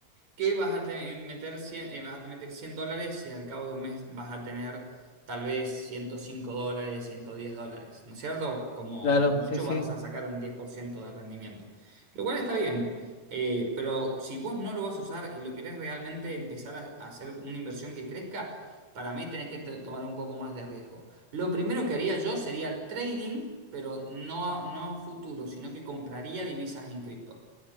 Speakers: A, on the right (about 70°); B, on the left (about 70°).
A: que vas a te- meter 100, eh, vas a meter 100 dólares y al cabo de un mes vas a tener tal vez 105 dólares, 110 dólares, ¿no es cierto? Como,
B: claro,
A: como mucho
B: sí, sí,
A: vas a sacar un 10% de rendimiento, lo cual está bien, eh, pero si vos no lo vas a usar y lo querés realmente empezar a, a hacer una inversión que crezca, para mí tenés que to- tomar un poco más de riesgo. Lo primero que haría yo sería trading, pero no, a- no a futuro, sino que compraría divisas en cripto.